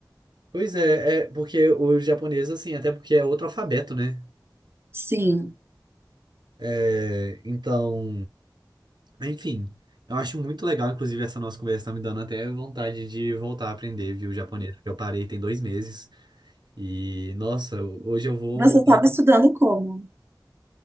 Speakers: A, on the right; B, on the right.
A: Pois é, é porque o japonês assim, até porque é outro alfabeto, né?
B: Sim.
A: É, então, enfim, eu acho muito legal, inclusive, essa nossa conversa tá me dando até vontade de voltar a aprender, viu, japonês, porque eu parei tem dois meses. E, nossa, hoje eu vou
B: Você
A: voltar
B: estava estudando como?